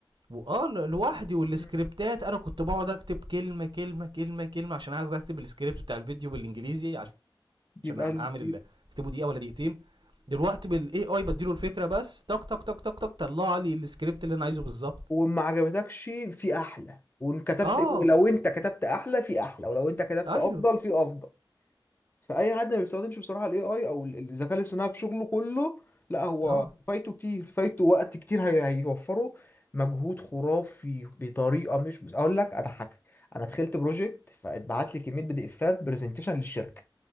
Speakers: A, on the right (about 65°); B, on the left (about 25°).
A: واه ل- لوحدي والسكريبتات
B: مم.
A: انا كنت بقعد اكتب كلمه كلمه كلمه كلمه عشان اقعد اكتب السكريبت بتاع الفيديو بالانجليزي عش-
B: يبقى
A: عشان
B: ال...
A: اعمل
B: يب-
A: ال- اكتبه دقيقه ولا دقيقتين دلوقتي بالاي اي بديله الفكره بس تك تك تك تك تك طلع لي السكريبت اللي انا عايزه بالظبط
B: وما عجبتكش في احلى وان كتبت
A: اه
B: لو انت كتبت احلى في احلى ولو انت كتبت
A: ايوه
B: افضل في افضل فاي حد ما بيستخدمش بصراحه الاي اي او ال- الذكاء الاصطناعي في شغله كله لا هو
A: اه
B: فايته كتير فايته وقت كتير هي- هيوفره مجهود خرافي بطريقه مش بس اقول لك اضحكك انا دخلت بروجكت فاتبعت لي كميه بي دي افات برزنتيشن للشركه